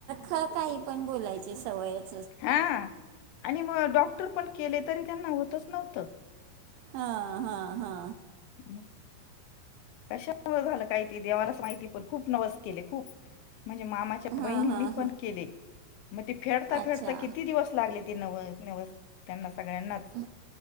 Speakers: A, on the right; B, on the left.
A: ख काही पण बोलायची सवयेत
B: हा आणि मग डॉक्टर पण केले तरी त्यांना होतच नव्हतं
A: हा हा हा
B: म कशामूळ झालं काहीती देवालाच माहिती पण खूप नवस केले खूप म्हणजे मामा
A: हां
B: बहिणींनी
A: हां
B: पण केले मग ते फेडता
A: अच्छा
B: फेडता किती दिवस लागले ते न नवस त्यांना सगळ्यांनाच.
A: हम्म